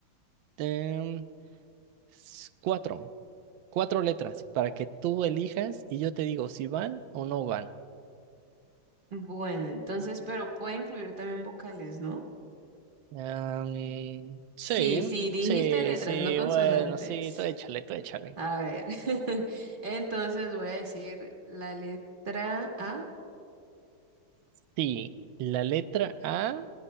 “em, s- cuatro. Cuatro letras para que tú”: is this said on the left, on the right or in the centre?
Right